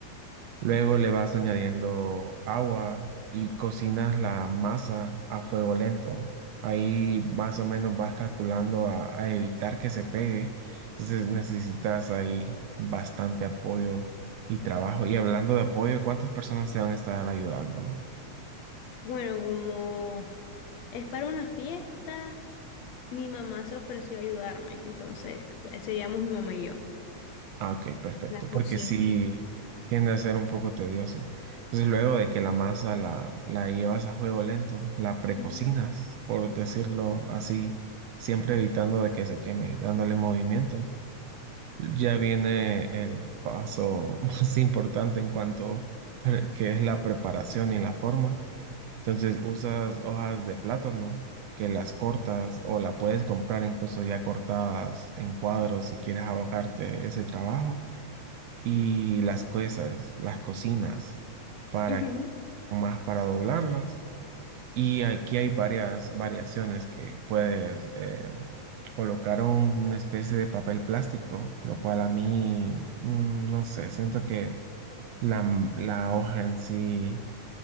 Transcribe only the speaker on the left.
bueno, como es para una fiesta. Mi mamá se ofreció a ayudarme, entonces eh, seríamos mi mamá y yo.
La cocina.
Ujú.
Ujú.